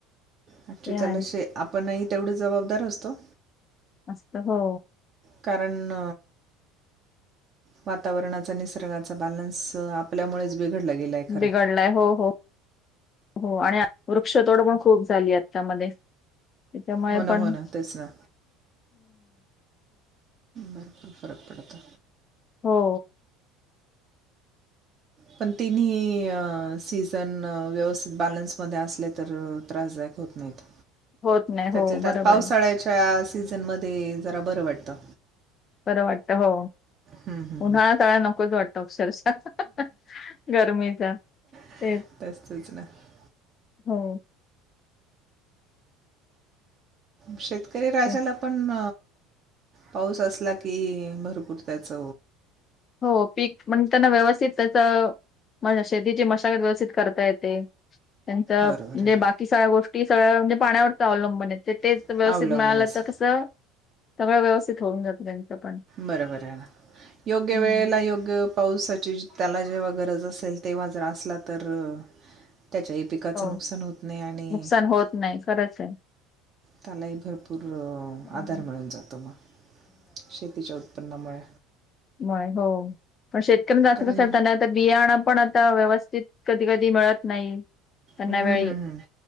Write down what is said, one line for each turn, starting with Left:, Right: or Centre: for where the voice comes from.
Right: अच
Left: ते आहे.
Right: त्याला शे आपणही तेवढे जबाबदार असतो.
Left: असतो, हो.
Right: कारण वातावरणाचा निसर्गाचा बॅलन्स आपल्यामुळेच बिघडला गेलाय खरा.
Left: बिघडलाय हो हो, आणि वृक्षतोड पण खूप झाली त्यामध्ये त्याच्यामुळे
Right: हो ना
Left: पण
Right: हो ना तेच ना भरपूर फरक पडत.
Left: हो.
Right: पण तिन्ही सी पण व्यवस्थित बॅलन्समध्ये असले तर त्रासदायक होत नाहीत.
Left: होत नाही हो
Right: त्याची
Left: बरोबर
Right: त्यात पावसाळ्याच्या
Left: आहे
Right: सीझनमध्ये जरा बरं वाटतं.
Left: बरं वाटत, हो.
Right: हं, हं.
Left: उन्हाळा <unintelligible> नकोच वाटतो, अक्षरशः गरमीचा.
Right: <unintelligible>
Left: तेच हो.
Right: शेतकरी राजाला
Left: तेच.
Right: पण पाऊस असला की, भरपूर त्याच
Left: हो, पिकं म्हणताना व्यवस्थित त्याच म शेतीची मशागत व्यवस्थित करता येते, त्यांच म्हणजे
Right: बरोबर आहे
Left: बाकी सगळ्या गोष्टी सगळ्या म्हणजे पाण्यावरच अवलंबन आहेत, तेच
Right: ना
Left: व्यवस्थित
Right: अवलंबूनच
Left: मिळालं तर कसं सगळं व्यवस्थित होऊन जातं, त्यांचं पण
Right: बरोबर आहे. योग्य
Left: हम्म.
Right: वेळेला, योग्य पावसाची त्याला जेव्हा गरज असेल, तेव्हा जर असला तर, त्याच्या पिकाचं
Left: हो
Right: नुकसान होत नाही आणि
Left: नुकसान होत नाही, खरंच आहे.
Right: त्यालाही भरपूर
Left: हम्म.
Right: आधार मिळून जातो, मग शेतीच्या उत्पन्नामुळे.
Left: नाही हो, पण शेत <unintelligible>
Right: कारण
Left: बियाण पण आता व्यवस्थित कधी कधी मिळत नाही. त्यांना
Right: हम्म
Left: वेळे
Right: हम्म हम्म.